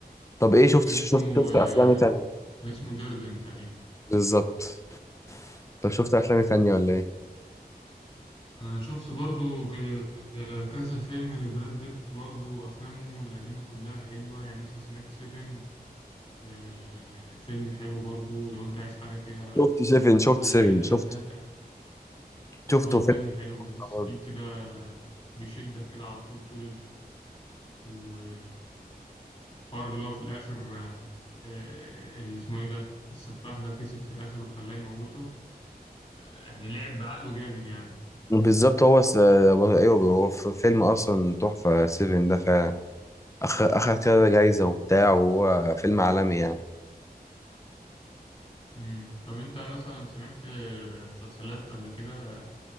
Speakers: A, on the left; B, on the left.
A: طب ايه شفت
B: كان
A: شفت
B: اسمه
A: شفت
B: آه،
A: افلام تانية
B: كان اسمه دردن تقريبا
A: بالظبط طب شفت افلام تانية ولا ايه
B: انا شفت برضو ك- آه، كذا فيلم لبراد بيت برضو افلامه القديمه كلها حلوه يعني مثلا سمعت سيفن آه، فيلم حلو برضو لو انت عايز حاجه فيها
A: شفت سيفن شفت
B: آه،
A: سيفن شفت
B: فيها د-
A: شفته
B: اه
A: فيلم
B: فيلم حلو بحس
A: برضه.
B: فيه كده بيشدك كده على طول طول الفيلم حوار اللي هو في الآخر آه، آه، اللي اسمه إيه ده السفاح ده كسب في الآخر وخلاه يموته آه، يعني لعب بعقله جامد يعني
A: بالظبط هو س... ايوه هو في فيلم اصلا تحفه سيفن ده فعلا أخ... اخد كده جايزه وبتاع وهو فيلم عالمي يعني
B: مم. طب أنت مثلا سمعت آه، مسلسلات قبل كده